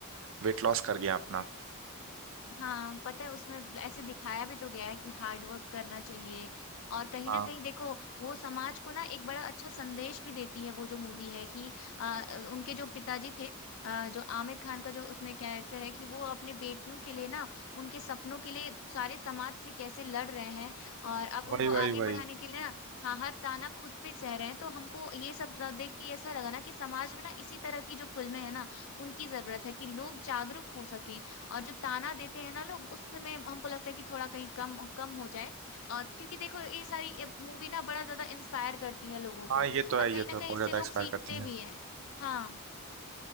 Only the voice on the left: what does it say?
हाँ पता है उसमें ऐसे दिखाया भी तो गया है कि हार्ड वर्क करना चाहिए और कहीं
ना कहीं देखो वो समाज को ना एक बड़ा अच्छा संदेश भी देती है वो जो मूवी है कि आ, उनके जो पिताजी थे आ, जो आमिर खान का जो उसमें कैरेक्टर है कि वो अपने बेटियों के लिए ना उनके सपनों के लिए सारे समाज से कैसे लड़ रहे हैं और अब उनको
आगे
बढ़ाने के लिए ना हाँ हर ताना खुद पे सह रहे हैं तो हमको ये सब आ, देख के ऐसा लगा ना कि समाज में ना इसी तरह की जो फिल्में हैं ना उनकी जरूरत है कि लोग जागरूक हो सके और जो ताना देते हैं ना लोग उसमें हमको लगता है कि थोड़ा कहीं कम कम हो जाए अ, क्योंकि देखो ये सारी मूवी ना बड़ा ज्यादा इंस्पायर करती है लोगों
को
और
कहीं
ना
कहीं
इससे
लोग
सीखते
भी हैं हाँ